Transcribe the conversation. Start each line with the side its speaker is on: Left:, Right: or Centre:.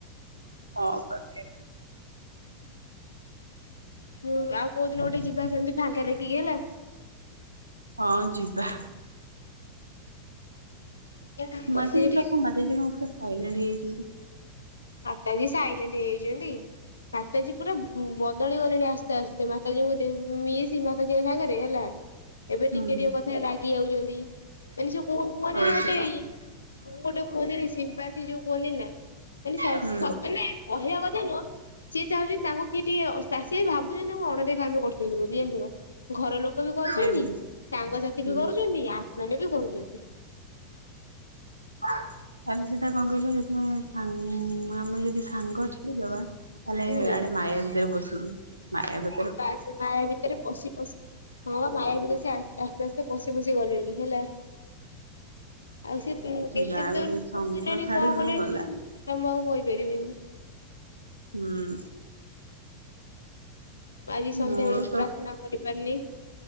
Right: ହଁ ବୋଧେ।
Left: ମୁଁ ଆଉ କୋଉଦିନ ଗୋଟେ ଯିବା ସେମିତି ଫାଙ୍କା ଦେଖିକି ହେଲା।
Right: ହଁ, ଯିବା।
Left: ଯିବା
Right: ମାଧେଜୀ
Left: ବସିକି
Right: ପୁରା କଣ ମାଦେଜୀ କଣ ପୁରା ସାଇଲେଣ୍ଟ ହେଇଯାଇଛନ୍ତି।
Left: ମାତାଜୀ ସାଇଲେଣ୍ଟ ହେଇଯାଇଛନ୍ତି। ମାତାଜୀ ପୁରା ବଦଳି ଗଲେଣି ଆସ୍ତେ ଆସ୍ତେ ମାତାଜୀଙ୍କୁ ମିଶି ମାତାଜୀଙ୍କ ସାଙ୍ଗରେ ହେଲା। ଏବେ
Right: ହୁଁ
Left: ଟିକେ ଟିକେ କଥାରେ ରାଗି ଯାଉଛନ୍ତି ମାନେ ସେ କ
Right: ହଉଥିବ
Left: ମେ ଗୋଟେ। ମୁଁ ଗୋଟେ କୁହନ୍ତିନି ସିମ୍ପାଥି ଯୋଉ କୁହନ୍ତି ନା ମାନେ
Right: ହୁଁ
Left: ମାନେ କହିବା କଥା ନୁହଁ। ସିଏ ଚାହୁଛନ୍ତି ତାଙ୍କୁ କିଏ ଟିକେ ସେ ଭାବୁଛନ୍ତି ତାଙ୍କୁ ଅଣଦେଖା କରି ରଖିଛନ୍ତି ବୋଲି ଜାଣିଚୁ ନା, ଘର ଲୋକ ଲୋକ ବି କରୁଛନ୍ତି,
Right: ଏମିତି
Left: ସାଙ୍ଗସାଥି
Right: ହୁଁ
Left: ବି କରୁଛନ୍ତି, ଆମେ ମାନେ ବି କରୁଛନ୍ତି।
Right: ତା ହେଲେ ସେଇଟା କଣ କହିଲୁ। ଯଦି ଆମେ ଯଦି ସାଙ୍ଗ ଛାଡିଦବା ତାହେଲେ
Left: ହୁଁ।
Right: ଆଡେ ମାୟା ଭିତରେ ପଶୁ ମାୟାବତି।
Left: ଥାଆ ସେ ମାୟା ଭିତରେ ପଶି ପଶି। ହଁ ମାୟା ଭିତରେ ସେ ଆସ୍ତେ ଆସ୍ତେ ପଶି ପଶି ଗଲେଣି ହେଲା। ଆଉ ସେ କେତେ
Right: ଯାହା ବି
Left: ଦୂର
Right: ହେଲେ ସଙ୍ଗ
Left: ପସିଲେଣି
Right: ଛାଡିବୁ
Left: କଣ କଲେଣି?
Right: ଗଲା
Left: ମୁଁ ଆଉ କହି ପାରିବିନି?
Right: ହୁଁ
Left: ଆଜି ସନ୍ଧ୍ୟାବେେଳେ
Right: ମୋର
Left: ମୁଁ
Right: ତ
Left: ପ୍ରାର୍ଥନା କରିପାରିନି।